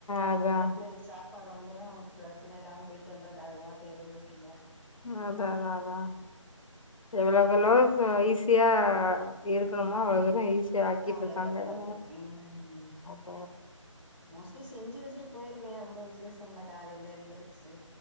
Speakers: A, on the left; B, on the right.
A: அதா
B: அதனால பிள்ளைகள் சாப் சப்பாடு வந்துரு நம்ம பிரச்சனை இல்லாம போயிட்டு வந்த அது பாட் இருந்துக்குங்க
A: அத அதா அதா எவ்வளவுக்கேவளோ ஈஸியா இருக்கணுமா அவ்வளவுதுறோ ஈஸியா ஆக்கிட்டு
B: அவ்வளவுக்கு
A: இருக்காங்க
B: அவ்வளவு
A: அவ்வளோதா
B: ம்
A: அப்ப
B: மோஸ்ட்லி செஞ்சு வச்சுட்டு போயிருவே ரொம்ப விசேஷம்ன காலையில எழுந்தருச்சு